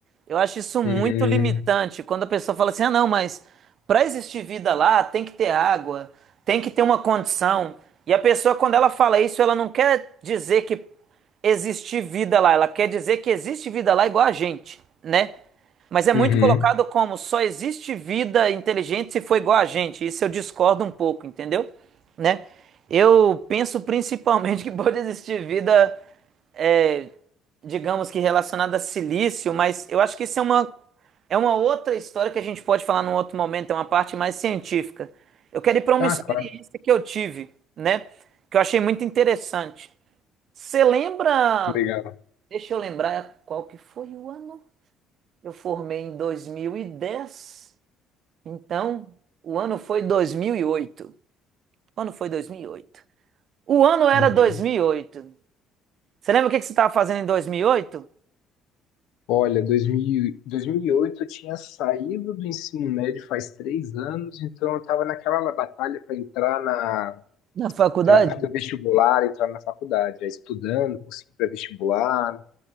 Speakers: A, on the right; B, on the left.
A: Eu acho isso muito
B: Uhum.
A: limitante. Quando a pessoa fala assim, ah, não, mas para existir vida lá tem que ter água, tem que ter uma condição. E a pessoa, quando ela fala isso, ela não quer dizer que existe vida lá, ela quer dizer que existe vida lá igual a gente, né? Mas é muito
B: Uhum.
A: colocado como só existe vida inteligente se for igual a gente. Isso eu discordo um pouco, entendeu? Né? Eu penso principalmente que pode existir vida é, digamos que relacionada a silício, mas eu acho que isso é uma, é uma outra história que a gente pode falar num outro momento, é uma parte mais científica. Eu quero ir para uma
B: Ah,
A: experiência
B: claro.
A: que eu tive, né? Que eu achei muito interessante. Você lembra?
B: Legal.
A: Deixa eu lembrar qual que foi o ano. Eu formei em 2010, então o ano foi 2008. Quando foi 2008? O ano era
B: Uhum.
A: 2008. Você lembra o que que você estava fazendo em 2008?
B: Olha, 2000, e- 2008 eu tinha saído do ensino médio faz três anos, então eu estava naquela batalha para entrar na,
A: Na faculdade?
B: entrar- fazer o vestibular, entrar na faculdade, aí estudando, conseguir para vestibular,